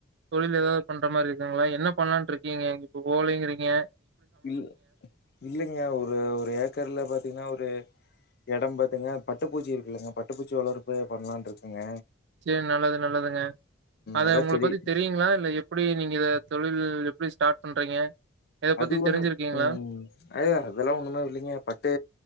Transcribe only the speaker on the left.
இல் இல்லைங்க ஒரு ஒரு ஏக்கர்ல பாத்தீங்கன்னா ஒரு இடம் பாத்துங்க பட்டுப்பூச்சி இருக்குல்லங்க பட்டுப்பூச்சி வளர்ப்பு பண்ணலானு இருக்காங்க
அதா
செடி
அது
ஒண்ணு
ம் அ அதெல்லாம் ஒண்ணுமே இல்லிங்க பட்டு